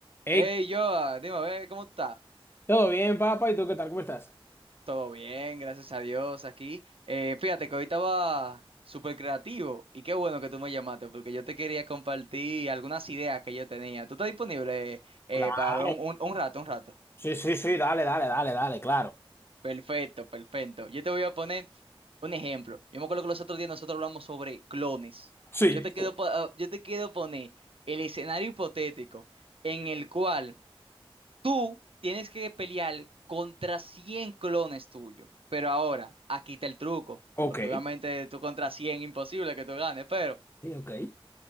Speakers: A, on the left (about 25°); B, on the right (about 70°).
A: Hey,
B: Hey, Joa, dime, a ver, ¿cómo tú estás?
A: ¿todo bien, papá? ¿Y tú qué tal? ¿Cómo estás?
B: Todo bien, gracias a Dios, aquí. Eh, fíjate que hoy estaba súper creativo y qué bueno que tú me llamaste porque yo te quería compartir algunas ideas que yo tenía. ¿Tú estás disponible eh,
A: Claro.
B: para hablar un, un- un rato, un rato?
A: Sí, sí, sí, dale, dale, dale, dale, claro.
B: Perfecto, perfecto. Yo te voy a poner un ejemplo. Yo me acuerdo que los otros días nosotros hablamos sobre clones.
A: Sí,
B: Yo te quiero, po- ah, yo te quiero poner el escenario hipotético en el cual... Tú tienes que pelear contra 100 clones tuyos. Pero ahora, aquí está el truco.
A: ok,
B: Porque obviamente tú contra 100, imposible que tú ganes. Pero
A: Sí, ok.